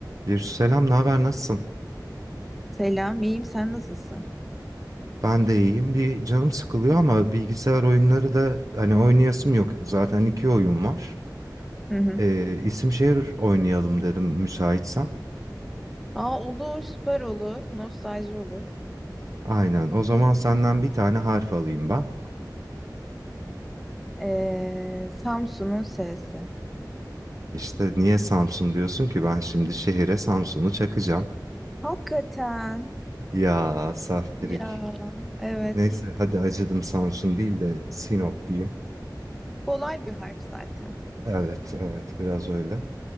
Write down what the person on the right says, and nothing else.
Bir selam, ne haber, nasılsın?
Ben de iyiyim. Bir canım sıkılıyor ama bilgisayar oyunları da hani oynayasım yok. Zaten iki oyun var.
Ee, isim şehir oynayalım dedim müsaitsen.
Aynen. O zaman senden bir tane harf alayım ben.
İşte niye Samsun diyorsun ki ben şimdi şehire Samsun'u çakacağım.
Ya saftirik.
Neyse
hadi acıdım Samsun değil de Sinop diyeyim.
Evet evet biraz öyle.